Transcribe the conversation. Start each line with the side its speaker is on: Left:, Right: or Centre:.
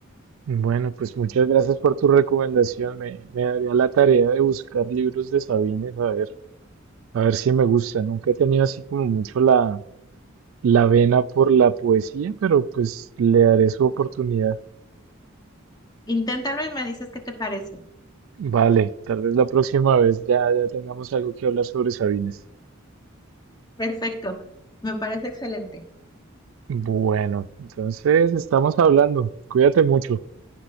Right: Bueno, pues muchas gracias por tu recomendación. Me, me daría la tarea de buscar libros de Sabines, a ver, a ver si me gusta. Nunca he tenido así como mucho la, la vena por la poesía, pero pues le daré su oportunidad.
Left: Inténtalo y me dices qué te parece.
Right: Vale, tal vez la próxima vez ya, ya tengamos algo que hablar sobre Sabines.
Left: Perfecto, me parece excelente.
Right: Bueno, entonces estamos hablando. Cuídate mucho.